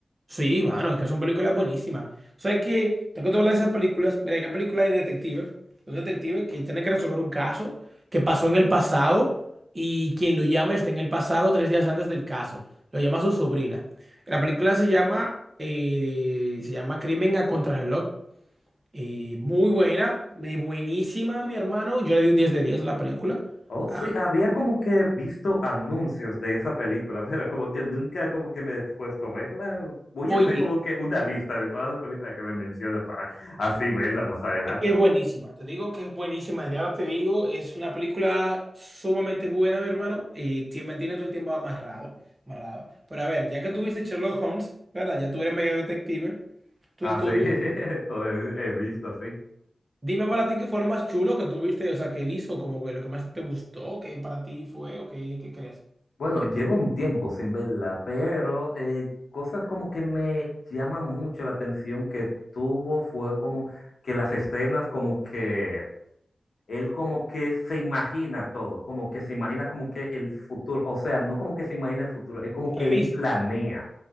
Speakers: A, on the right; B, on the left.
A: Sí, mano, es que son películas buenísimas. ¿Sabes qué? Tengo que hablar de esas películas. Mira, hay una película de detectives, de un detective que tiene que resolver un caso que pasó en el pasado y quien lo llama está en el pasado tres días antes del caso. Lo llama su sobrina. La película se llama, eh, se llama Crimen a Contrarreloj. Eh, muy buena, eh, buenísima, mi hermano. Yo le di un 10 de 10 a la película.
B: Oh,
A: Ah,
B: sí, había como que visto anuncios de esa película, <laughs> pero como que nunca como que me he puesto a verla. Voy
A: oye.
B: a hacer como que una lista de todas las películas que me menciones para así verla más adelante.
A: Es que es buenísima, te digo que es buenísima. Y ahora te digo, es una película sumamente buena, mi hermano, y te mantiene todo el tiempo amarrado, amarrado. Pero a ver, ya que tuviste Sherlock Holmes, ¿verdad? Ya tú eres medio detective. Tú,
B: Así,
A: tú,
B: <laughs> eso he he visto así.
A: dime para ti qué fue lo más chulo que tuviste, o sea, que él hizo, como que lo que más te gustó, que para ti fue, o qué, qué crees.
B: Bueno, llevo un tiempo sin verla, pero eh, cosas como que me llaman mucho la atención que tuvo fue como que las escenas como que Él como que se imagina todo, como que se imagina como que el futuro, o sea, no como que se imagina el futuro, es como
A: Predice.
B: que él planea,